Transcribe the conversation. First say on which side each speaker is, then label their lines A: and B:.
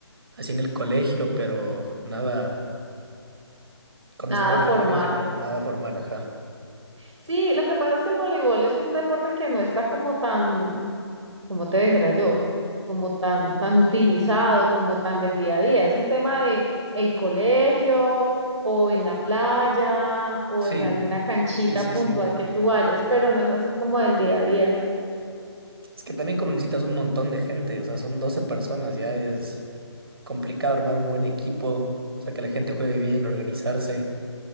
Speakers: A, on the right; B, on the right.
A: así en el colegio, pero nada, cuando
B: nada
A: estaba en
B: formal.
A: el colegio, pero nada formal, ajá.
B: Sí, lo que pasa es que el voleibol es un deporte que no está como tan como te dijera yo, como tan, tan utilizado, como tan del día a día. Es un tema de el colegio o en la playa o
A: Sí,
B: en alguna canchita
A: sí, sí,
B: puntual
A: sí.
B: que tú vayas, pero no es así como del día a día.
A: Es que también como necesitas un montón de gente, o sea, son 12 personas, ya es complicado armar un buen equipo, o sea, que la gente juegue bien, organizarse,